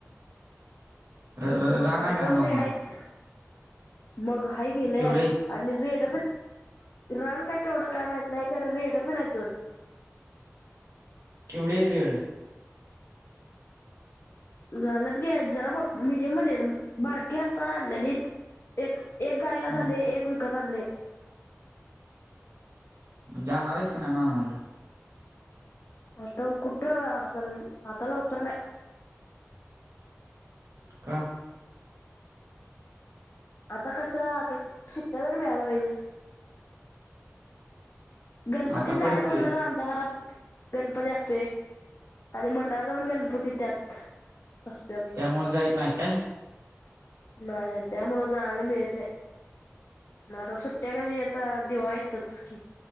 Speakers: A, on the right; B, on the left.
A: र रान
B: आणि
A: आहे का
B: दोन
A: नाही मामाला
B: रेड आहेत मग हा गेलंय
A: केवढे आहेत
B: आणि रेड पण रन काय केवढं काय माहत नाही खर रेड पण आहेत दोन
A: केवढ्या येत रेड
B: झालंत घे जरा मो मडियम मध्ये बारकी असता रालेली एक एक गायला
A: हम्म
B: आले एक विकत आणले
A: जाणार आहेस काी नाही मा मामाकडं
B: आता कुठ आ आता लवकर नाही
A: का
B: आता कस आता सुट्ट्या तरी मिळायला पाहिजे गणपतीत
A: आता
B: जायचं
A: पडते
B: म्हणलं तर आमच्या घरात गणपती असते आणि मंडळाचा पण गणपती त्यात असते आमचा
A: त्यामु जायत नाहीस काय
B: नाही नाही त्यामुळ जायला मिळत नाही म आता सुट्ट्या कधी येत आताधवा्हा यतच की